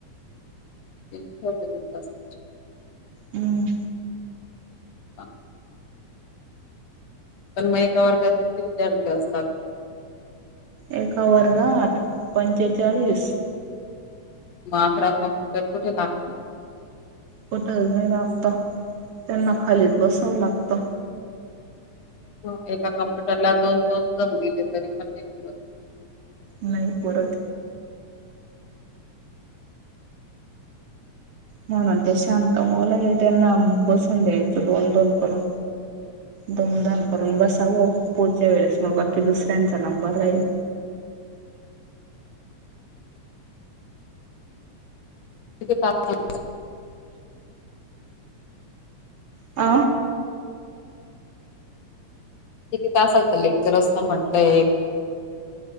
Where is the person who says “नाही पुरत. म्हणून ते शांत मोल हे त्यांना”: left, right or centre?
Right